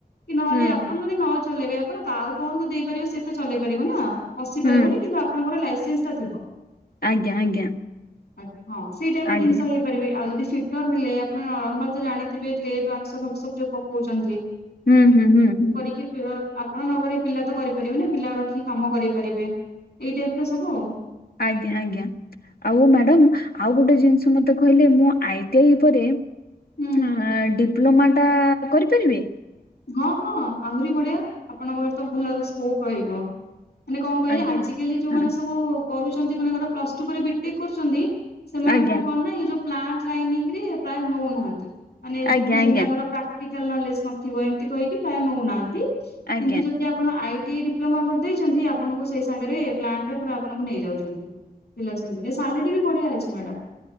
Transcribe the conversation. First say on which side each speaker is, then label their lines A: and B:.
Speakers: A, on the left; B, on the left.
A: କି ନହେଲେ
B: ହୁଁ
A: ଆପଣ
B: ହୁଁ
A: ଯଦି ନ ଚଲେଇବେ, ଆପଣ ଆଉ କାହାକୁ ଦେଇପାରେବେ ସେ ତ ଚଲେଇ ପାରିବ ନା। ପଶି
B: ହୁଁ
A: ପାରିବନି କିନ୍ତୁ ଆପଣଙ୍କର ଲାଇସେନ୍ସ ଟା ଥିବ।
B: ଆଜ୍ଞା ଆଜ୍ଞା।
A: ଆ ହଁ ସେଇ ଟାଇପ୍ ର
B: ଆଜ୍ଞା
A: ଜିନିଷ ହେଇ ପାରିବେ ଆଉ ଯଦି ସିଟର୍ ନେଲେ ଆପଣ ନର୍ମାଲ୍ ତ ଜାଣିଥିବେ, ଲେର୍ ର ଆକ୍ସ ବାକ୍ସ ଯୋଉ ପକଉଚନ୍ତି।
B: ହୁଁ ହୁଁ ହୁଁ।
A: କି ପି ଆପଣ ନକରି ପିଲା ତ କରିପାରିବେ ନା ପିଲା ରଖିକି କାମ କରେଇ ପାରିବେ। ଏଇ ଟାଇପ୍ ର ସବୁ ଆଉ।
B: ଆଜ୍ଞା ଆଜ୍ଞା। ଆଉ ମ୍ୟାଡାମ୍, ଆଉ ଗୋଟେ ଜିନିଷ ମତେ କହିଲେ, ମୁଁ ଆଇ ଟି ଆଇ ପରେ
A: ହୁଁ।
B: ଆଁ ଡିପ୍ଲୋମା ଟା କରିପାରିବି?
A: ହଁ ହଁ ଆହୁରି ବଢିଆ ଆପଣଙ୍କ ପାଖରେ ତ ଭଲ ସ୍କୋପ୍ ରହିବ। ମାନେ କଣ କହିଲେ,
B: ଆଜ୍ଞା
A: ଆଜିକାଲି ଯୋଉମାନେ
B: ହଁ,
A: ସବୁ କରୁଚନ୍ତି ମନେକର ପ୍ଲସ୍ ଟୁ ବିଟେକ୍ କରୁଚନ୍ତି। ସେମାନଙ୍କୁ
B: ଆଜ୍ଞା
A: କଣ ନା ଏଇ ଯୋଉ ପ୍ଲାଣ୍ଟ ଲାଇନିଂ ରେ ପ୍ରାୟ ନଉନାହାନ୍ତି। ମାନେ
B: ଆଜ୍ଞା
A: ଦେଖୁଚନ୍ତି
B: ଆଜ୍ଞା
A: ତାଙ୍କର ପ୍ରାକ୍ଟିକାଲ୍ ନଲେଜ କ ଥିବ ଏମିତି କହିକି ପ୍ରାୟ ନଉନାହାନ୍ତି,
B: ଆଜ୍ଞା
A: କିନ୍ତୁ ଯଦି ଆପଣ ଆପଣ ଆଇ ଟି ଆଇ ଡିପ୍ଲୋମା କରିଦେଇଚନ୍ତି, ଆପଣଙ୍କୁ ସେଇ ସାଙ୍ଗରେ ଏ ପ୍ଲାଣ୍ଟ ରେ ପୁରା ଆପଣଙ୍କୁ ନେଇଯାଉଛନ୍ତି। <unintelligible> ସାଲାରି ବି ବଢିଆ ଅଛି ମ୍ୟାଡାମ୍।